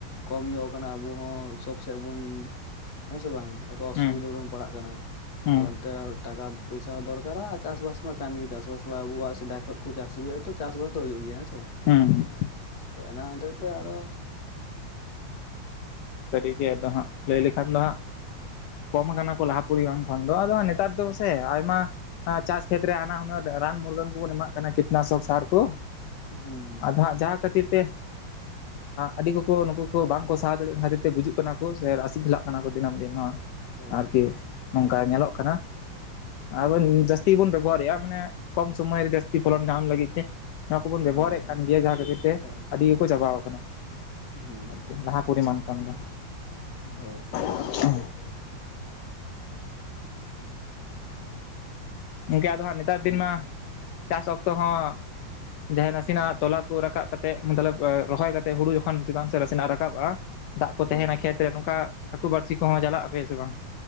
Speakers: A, on the left; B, on the left.
A: ᱠᱚᱢ ᱧᱚᱜ ᱠᱟᱱᱟ ᱟᱵᱚ ᱦᱚᱸ ᱥᱚᱵ ᱥᱮᱫ ᱵᱚᱱ ᱦᱮᱸ ᱥᱮ ᱵᱟᱝ ᱚᱥᱩᱵᱤᱫᱷᱟ
B: ᱦᱩᱸ
A: ᱨᱮᱵᱚᱱ ᱯᱟᱲᱟᱜ ᱠᱟᱱᱟ
B: ᱦᱩᱸ
A: ᱮᱵᱚᱱᱛᱮ ᱴᱟᱠᱟ ᱯᱚᱭᱥᱟ ᱦᱚᱸ ᱫᱚᱨᱠᱟᱨᱟ ᱟᱨ ᱪᱟᱥ ᱵᱟᱫ ᱢᱟ ᱠᱟᱱ ᱜᱮ ᱪᱟᱥ ᱵᱟᱥ ᱢᱟ ᱟᱵᱚᱣᱟᱜ ᱥᱮᱫᱟᱭ ᱠᱷᱚᱱ ᱠᱚ ᱪᱟᱥ ᱟᱹᱜᱩᱮᱫ ᱛᱚ ᱪᱟᱥ ᱵᱟᱥ ᱫᱚ ᱦᱩᱭᱩᱜ ᱜᱮᱭᱟ ᱾ᱦᱮᱸᱥᱮ ᱵᱟᱝ?
B: ᱦᱮᱸ
A: ᱮᱱᱟ ᱦᱚᱛᱮ ᱛᱮ ᱟᱨᱚ
B: ᱥᱟᱹᱨᱤ ᱜᱮ ᱟᱫᱚ ᱦᱟᱸᱜ ᱞᱟᱹᱭ ᱞᱮᱠᱷᱟᱱ ᱫᱚ ᱦᱟᱸᱜ ᱠᱚᱢ ᱠᱟᱱᱟ ᱠᱚ ᱞᱟᱦᱟ ᱯᱚᱨᱤᱵᱟᱝ ᱠᱷᱚᱱ ᱫᱚ ᱟᱫᱚ ᱱᱮᱛᱟᱨ ᱫᱚᱥᱮ ᱟᱭᱢᱟ ᱪᱟᱥ ᱠᱷᱮᱛᱨᱮ ᱦᱟᱱᱟ ᱦᱩᱱᱟᱹᱨ ᱨᱟᱱ ᱢᱩᱨᱜᱟᱹᱱ ᱠᱚᱵᱚᱱ ᱮᱢᱟᱜ ᱠᱟᱱᱟ ᱠᱤᱴᱱᱟᱜᱥᱚᱨ ᱥᱟᱨ ᱠᱚ᱾
A: ᱦᱩᱸ
B: ᱟᱫᱚ ᱦᱟᱸᱜ ᱡᱟᱦᱟᱸ ᱠᱷᱟᱹᱛᱤᱨ ᱛᱮ ᱟᱹᱰᱤ ᱠᱚᱠᱚ ᱱᱩᱠᱩ ᱠᱚ ᱵᱟᱝᱠᱚ ᱥᱟᱦᱟᱣ ᱫᱟᱲᱮᱭᱟᱜ ᱠᱷᱟᱹᱛᱤᱨ ᱛᱮ ᱛᱮ ᱜᱩᱡᱩᱜ ᱠᱟᱱᱟ ᱠᱚ ᱥᱮ ᱨᱟᱥᱤᱫ ᱦᱮᱞᱟᱜ ᱠᱟᱱᱟ ᱠᱚ ᱫᱤᱱᱟᱹᱢ ᱫᱤᱱ ᱱᱚᱣᱟ
A: ᱦᱳᱭ
B: ᱟᱨᱠᱤ
A: ᱦᱳᱭ
B: ᱱᱚᱝᱠᱟ ᱧᱮᱞᱚᱜ ᱠᱟᱱᱟ ᱟᱵᱚ ᱡᱟᱹᱥᱛᱤ ᱵᱚᱱ ᱵᱮᱵᱚᱦᱟᱨᱮᱫᱼᱟ ᱢᱟᱱᱮ ᱠᱚᱢ ᱥᱚᱢᱚᱭ ᱨᱮ ᱡᱟᱹᱥᱛᱤ ᱯᱷᱚᱞᱚᱱ ᱧᱟᱢ ᱞᱟᱹᱜᱤᱫ ᱛᱮ᱾ ᱱᱚᱣᱟ ᱠᱚᱵᱚᱱ ᱵᱮᱵᱚᱦᱟᱨᱮᱫ
A: ᱦᱳᱭ ᱦᱳᱭ
B: ᱠᱟᱱ ᱜᱮᱭᱟ ᱡᱟᱦᱟᱸ ᱠᱷᱟᱹᱛᱤᱨ ᱛᱮ
A: ᱦᱳᱭ
B: ᱟᱹᱰᱤ ᱜᱮᱠᱚ ᱪᱟᱵᱟᱣ ᱟᱠᱟᱱᱟ
A: ᱦᱩᱸ
B: ᱟᱨᱠᱤ ᱞᱟᱦᱟ ᱯᱚᱨᱤᱢᱟᱱ ᱠᱷᱚᱱ ᱫᱚ
A: ᱦᱳᱭ ᱦᱳᱭ
B: <unintelligible> ᱜᱚᱢᱠᱮ ᱟᱫᱚ ᱦᱟᱜ ᱱᱮᱛᱟᱨ ᱫᱤᱱ
A: ᱩᱱᱟᱹᱜ
B: ᱢᱟ ᱪᱟᱥ ᱚᱠᱛᱚ ᱦᱚᱸ ᱡᱟᱦᱟᱸᱭ ᱱᱟᱥᱮᱱᱟᱜ ᱛᱚᱞᱟ ᱠᱚ ᱨᱟᱠᱟᱵ ᱠᱟᱛᱮ ᱢᱚᱛᱞᱚᱵ ᱨᱚᱦᱚᱭ ᱠᱟᱛᱮᱫ ᱦᱩᱲᱩ ᱡᱚᱠᱷᱚᱱ ᱪᱮᱛᱟᱱ ᱥᱮᱫ ᱱᱟᱥᱮᱱᱟᱜ ᱨᱟᱠᱟᱵᱼᱟ ᱫᱟᱜ ᱠᱚ ᱛᱟᱦᱮᱸᱱᱟ
A: ᱦᱳᱭ
B: ᱠᱷᱮᱛ ᱨᱮ ᱱᱚᱝᱠᱟ ᱦᱟᱹᱠᱩ ᱵᱟᱹᱲᱥᱤ ᱠᱚᱦᱚᱸ ᱪᱟᱞᱟᱜ ᱟᱯᱮ ᱥᱮ ᱵᱟᱝ?